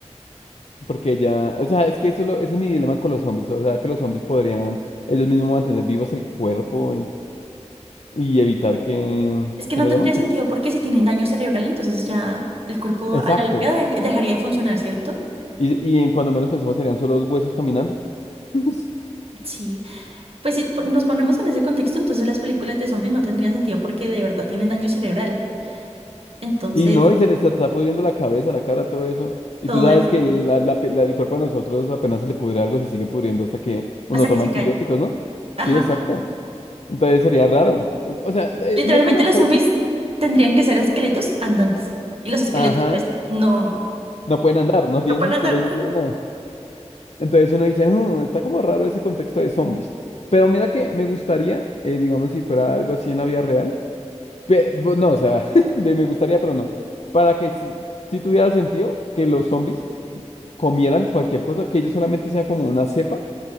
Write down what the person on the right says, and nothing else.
Es que
no tendría
sentido
porque si tienen daño cerebral, entonces ya el cuerpo
a la larga dej- dejaría de funcionar, ¿cierto?
Sí. Pues si po- nos ponemos en ese contexto, entonces las películas de zombies no tendrían sentido porque de verdad tienen daño cerebral. Entonces,
todo
es así,
hasta
que se
caen.
Ajá.
Literalmente
los
zombies tendrían que ser esqueletos andantes. Y los esqueletos,
pues, no,
no pueden
andar.